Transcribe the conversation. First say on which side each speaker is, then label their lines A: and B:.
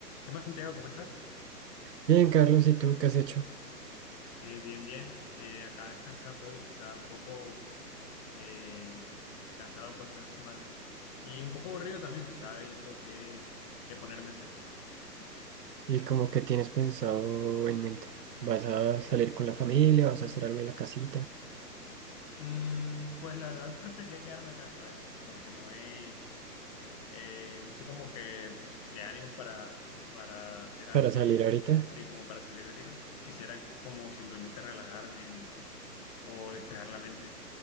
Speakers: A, on the left; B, on the right.
A: ¿Qué más, Santiago? ¿Cómo estás?
B: Bien, Carlos, ¿y tú qué has hecho?
A: Eh, bien, bien. Eh, acá descansando hoy. Estaba un poco eh, cansado por toda esta semana. Y un poco aburrido también. Estaba viendo qué, qué ponerme a hacer.
B: ¿Y como que tienes pensado en mente? ¿Vas a salir con la familia? ¿Vas a hacer algo en la casita?
A: Mm, pues la verdad preferiría quedarme acá, ¿sabes? Porque no he, eh, no sé, como que de ánimos para, para hacer algo
B: ¿Para
A: más.
B: salir ahorita?
A: Sí, como para salir ahorita. Quisiera como simplemente relajarme o, o despejar la mente.